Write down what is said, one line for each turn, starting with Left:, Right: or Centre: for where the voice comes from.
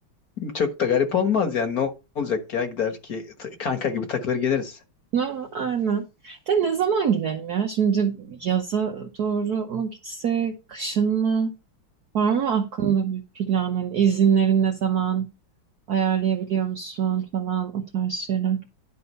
Left: Çok da garip olmaz yani ne olacak ya gider ki t- kanka gibi takılır geliriz.
Right: Ha, aynen. De ne zaman gidelim ya? Şimdi yaza doğru mu gitsek, kışın mı? Var mı aklında bir plan? Hani izinlerin ne zaman ayarlayabiliyor musun falan o tarz şeyler.